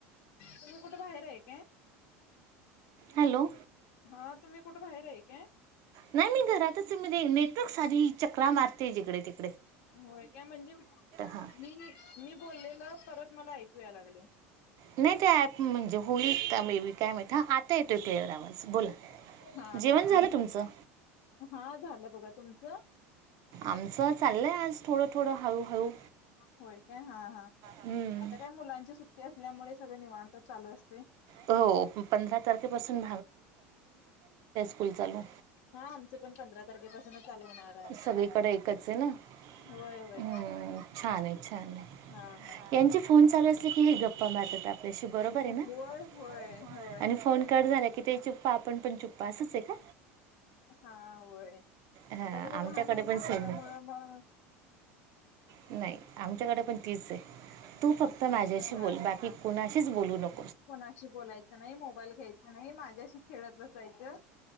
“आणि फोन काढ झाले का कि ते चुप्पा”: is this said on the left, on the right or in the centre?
Right